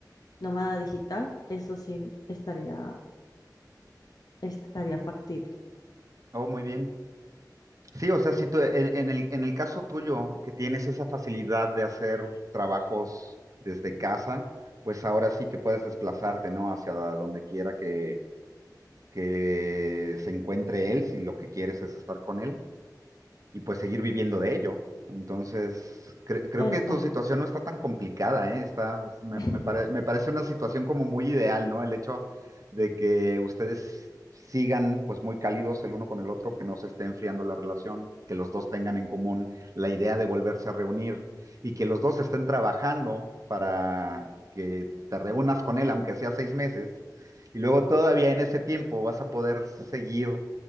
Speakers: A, on the left; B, on the right.
A: nómada digital. Eso sí estaría, estaría factible.
B: Oh, muy bien. Sí, o sea, si tú, en, en el, en el caso tuyo, que tienes esa facilidad de hacer trabajos desde casa, pues ahora sí que puedes desplazarte, ¿no? Hacia donde quiera que, que se encuentre él, si lo que quieres es estar con él. y pues seguir viviendo de ello. Entonces, cre- creo
A: Exacto.
B: que tu situación no está tan complicada, ¿eh? Está, me,
A: <laughs>
B: me pare- me parece una situación como muy ideal, ¿no? El hecho de que ustedes sigan pues muy cálidos el uno con el otro, que no se esté enfriando la relación, que los dos tengan en común la idea de volverse a reunir y que los dos estén trabajando para que te reúnas con él, aunque sea seis meses, y luego todavía en ese tiempo vas a poder seguir